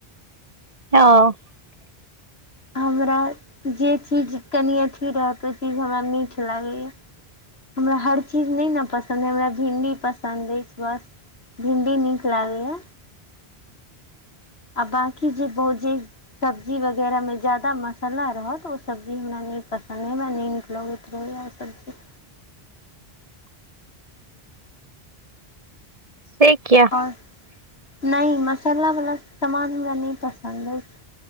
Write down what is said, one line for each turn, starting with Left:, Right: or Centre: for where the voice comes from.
Right: हँ
Left: हमरा जे चीज कनि अथि रहत ओ चीज हमरा मीठ लागैया हमरा हर चीज नहि न पसन्द अछि हमरा भिनडी पसन्द अछि बस भिन्डी निक लागैत या आ बाकी जे बहु जे सब्जी वगैरह मे जादा मसला रहत ओ सब्जी हमरा नै पसन्दे भेल न नीक लोग उतर आ सबजी
Right: से किया
Left: आओर नहि मसालावला सामान हमरा नहि पसन्द अछि